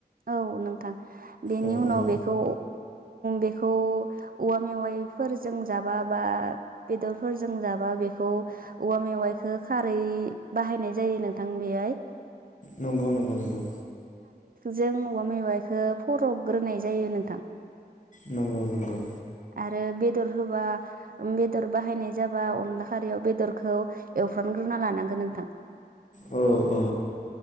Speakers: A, on the right; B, on the left.
A: औ नोंथां बेनि
B: औ
A: उनाव
B: औ
A: बेखौ बेखौ औवा मेवाइफोरजों जाबा बा बेदरफोरजों जाबा बेखौ औवा मेवाइखो खारै बाहायनाय जायो नोंथां बेहाय
B: नंगौ नंगौ नंगौ
A: जों औवा मेवाइखौ फरबग्रोनाय जायो नोंथां
B: नंगौ नंगौ
A: आरो बेदर होबा बेदर बाहायनाय जाबा अनला खारैयाव बेदरखौ एवफ्रामग्रोना लानांगोन नोंथां
B: औ औ